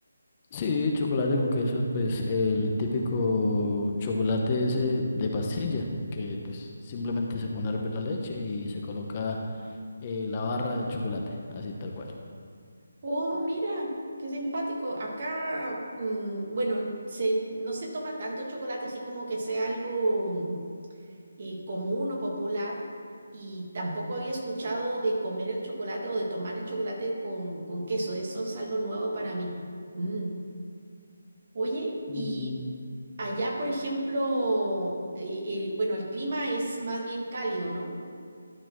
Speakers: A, on the left (about 25°); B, on the right (about 45°).
A: Sí, chocolate con queso, pues el típico chocolate ese de pastilla, que pues simplemente se pone a hervir la leche y se coloca eh, la barra de chocolate, así tal cual.
B: Oh, mira, qué simpático. Acá, mm, bueno, se, no se toma tanto chocolate así como que sea algo mm, eh, común o popular. Y tampoco había escuchado de comer el chocolate o de tomar el chocolate con, con queso. Eso es algo nuevo para mí. Mm. Oye,
A: Y
B: y Allá, por ejemplo, eh, eh, bueno, el clima es más bien cálido, ¿no?